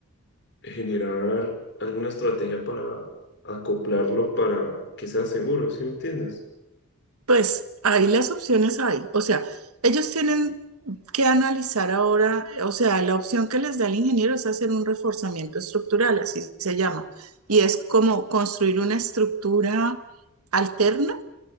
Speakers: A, on the left; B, on the right.
A: generar alguna estrategia para acoplarlo para que sea seguro, ¿sí me entiendes?
B: Pues ahí las opciones hay. O sea, ellos tienen que analizar ahora, o sea, la opción que les da el ingeniero es hacer un reforzamiento estructural, así se llama. Y es como construir una estructura alterna